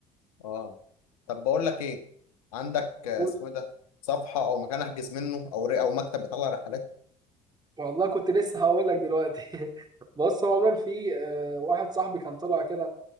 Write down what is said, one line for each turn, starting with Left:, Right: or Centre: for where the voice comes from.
Left: اه طب بقول لك ايه عندك آه،
Right: قول-
Left: اسمه ايه ده صفحه او مكان احجز منه او ري- او مكتب بيطلع رحلات
Right: والله كنت لسه هقول لك دلوقتي <laughs> بص هو عموما في آه، واحد صاحبي كان طالع كده